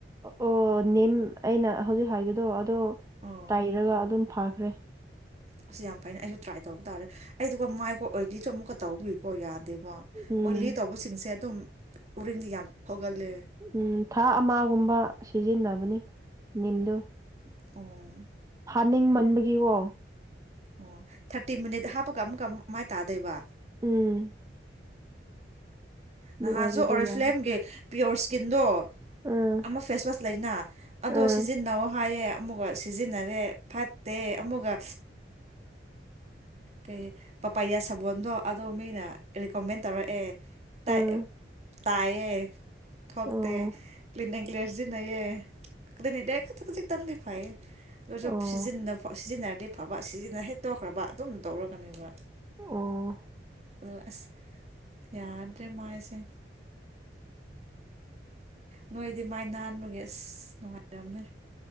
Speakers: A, on the right; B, on the right.
A: ꯑꯣ ꯅꯤꯝ ꯑꯩꯅ ꯍꯧꯖꯤꯛ ꯍꯥꯏꯕꯗꯣ ꯑꯗꯣ
B: ꯑꯣ
A: ꯇꯥꯏꯔꯒ ꯑꯗꯨꯝ ꯐꯥꯈ꯭ꯔꯦ
B: ꯑꯁꯤ ꯌꯥꯝ ꯐꯩ ꯑꯩꯁꯨ ꯇ꯭ꯔꯥꯏ ꯇꯧꯕ ꯇꯥꯔꯦ ꯑꯩꯗꯨꯒ ꯃꯥꯏꯒ ꯑꯣꯏꯂꯤꯁꯨ ꯑꯃꯨꯛꯀ ꯇꯧꯕꯤꯌꯨꯀꯣ ꯌꯥꯅꯤ ꯑꯗꯨꯕꯣ
A: ꯎꯝ
B: ꯑꯣꯏꯂꯤ ꯇꯧꯕꯁꯤꯡꯁꯦ ꯑꯗꯨꯝ ꯎꯔꯤꯡꯗꯤ ꯌꯥꯝ ꯊꯒꯜꯂꯦ
A: ꯎꯝ ꯊꯥ ꯑꯃꯒꯨꯝꯕ ꯁꯤꯖꯤꯟꯅꯕꯅꯤ ꯅꯤꯝꯗꯨ
B: ꯑꯣ
A: ꯍꯥꯅꯤꯡ ꯃꯟꯕꯒꯤꯀꯣ
B: ꯑꯣ ꯊꯥꯔꯇꯤ ꯃꯤꯅꯤꯠ ꯍꯥꯞꯄꯒ ꯑꯃꯨꯛꯀ ꯃꯥꯏ ꯇꯥꯗꯣꯏꯕ
A: ꯎꯝ ꯑꯗꯨ
B: ꯅꯍꯥꯁꯨ
A: ꯑꯣꯏꯔꯗꯤ
B: ꯑꯣꯔꯐ꯭ꯂꯦꯝꯒꯤ
A: ꯌꯥꯔꯦ
B: ꯄꯤꯌꯣꯔ ꯏꯁꯀꯤꯟꯗꯣ
A: ꯎꯝ
B: ꯑꯃ ꯐꯦꯁꯋꯥꯁ ꯂꯩꯅ ꯑꯗꯣ
A: ꯎꯝ
B: ꯁꯤꯖꯤꯟꯅꯧ ꯍꯥꯏꯌꯦ ꯑꯃꯨꯒ ꯁꯤꯖꯤꯟꯅꯔꯦ ꯐꯠꯇꯦ ꯑꯃꯒ ꯀꯩ ꯄꯄꯥꯌꯥ ꯁꯥꯕꯣꯟꯗꯣ ꯑꯗꯣ ꯃꯤꯅ ꯔꯤꯀꯃꯦꯟ ꯇꯧꯔꯛꯑꯦ ꯇꯥꯏ
A: ꯎꯝ
B: ꯇꯌꯦ ꯍꯇꯦ
A: ꯑꯣ
B: ꯀ꯭ꯂꯤꯌꯥꯅꯤꯛ <unintelligible> ꯀꯦꯁꯖꯤ ꯅꯌꯦ ꯀꯅꯤ ꯗꯦ ꯀ ꯀꯖꯤ ꯇꯥꯡꯂꯤ ꯐꯥꯏ ꯁꯨ
A: ꯑꯣ
B: ꯁꯤꯖꯤꯟꯅ ꯁꯤꯖꯤꯟꯅꯔ ꯗꯤꯐꯕ ꯁꯤꯖꯤꯟꯅ ꯍꯦꯛꯇꯣꯛꯈ꯭ꯔꯕ ꯑꯗꯨꯝ ꯇꯧꯔꯒꯅꯦꯕ
A: ꯑꯥ
B: ꯑ ꯑꯁ ꯌꯥꯗ꯭ꯔꯦ ꯃꯥꯌꯁꯦ ꯅꯣꯏꯗꯤ ꯃꯥꯏ ꯅꯥꯟꯕꯒꯤ ꯑꯁ ꯅꯨꯡꯉꯥꯏꯔꯝꯅꯦ